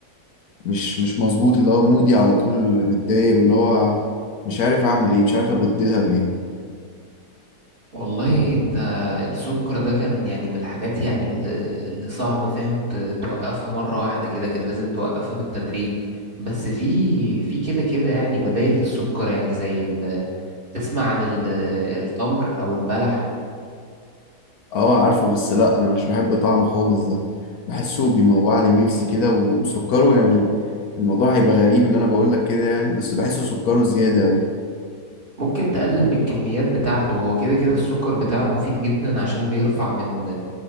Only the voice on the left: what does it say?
مش مش مظبوط اللي هو مودي على طول متضايق واللي هو مش عارف اعمل ايه مش عارف ابدلها بايه
اه عارفه بس لا انا مش بحب طعمه خالص ده بحسه بيموع لي نفسي كده و- وسكره يعني الموضوع هيبقى غريب ان انا بقول لك كده يعني بس بحسه سكره زياده قوي